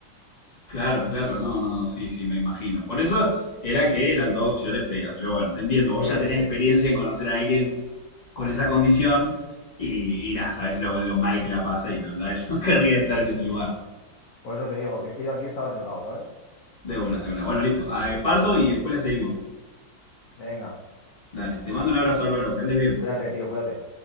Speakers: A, on the left; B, on the left.
A: Claro, claro, no, no, no, sí, sí, me imagino. Por eso era que eran dos opciones feas, pero bueno, te entiendo. Vos
B: Sí,
A: ya tenés
B: sí, sí.
A: experiencia en conocer a alguien con esa condición y, y nada, sabés lo, lo mal que la pasa y no, no, <laughs> no querría estar en ese lugar.
B: Por eso te digo, que es que yo aquí estaba sesgado, ¿sabes?
A: De una, de una. Bueno, listo. Ah, eh, parto y después la seguimos.
B: Venga,
A: Dale, te mando un abrazo, Álvaro, que andes bien.
B: cuídate, tío, cuídate.